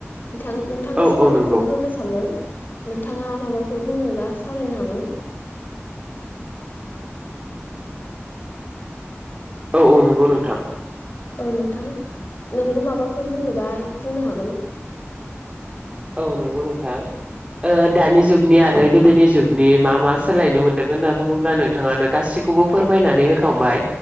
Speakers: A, on the left (about 45°); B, on the right (about 20°).
A: बिथां नोंथांनिसिम
B: औ औ
A: आं
B: नंगौ
A: बेखौनो होननो सानदों नोंथाङा माबाफोर बुंनोबा सावरायनो हागोन
B: औ औ नंगौ नोंथां
A: औ नोंथां नोंबो माबाफोर बुंनोबा बुंनो हागोन
B: औ नंगौ नोंथां दानि जुगनि आरो गोदोनि जुगनि मा मा सोलायनो मोनदों होनना बुङोब्ला नोंथाङानो गासिब खौबो फोरमायनानै होखांबाय